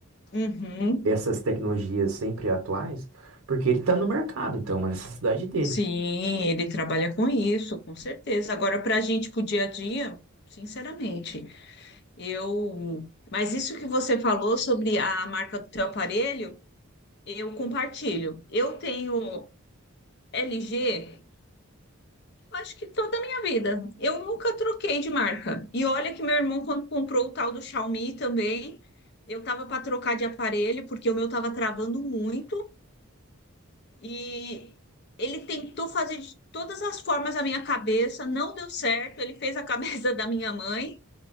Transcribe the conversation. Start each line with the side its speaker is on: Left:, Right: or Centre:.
Left: Uhum.
Right: essas tecnologias sempre atuais, porque ele está no mercado, então é uma necessidade dele.
Left: Sim, ele trabalha com isso, com certeza. Agora, para a gente, para o dia a dia, sinceramente, eu. Mas isso que você falou sobre a marca do teu aparelho, eu compartilho. Eu tenho LG, acho que toda a minha vida. Eu nunca troquei de marca. E olha que meu irmão, quando comprou o tal do Xiaomi também, eu estava para trocar de aparelho, porque o meu estava travando muito. E ele tentou fazer de todas as formas a minha cabeça, não deu certo. Ele fez a cabeça <laughs> da minha mãe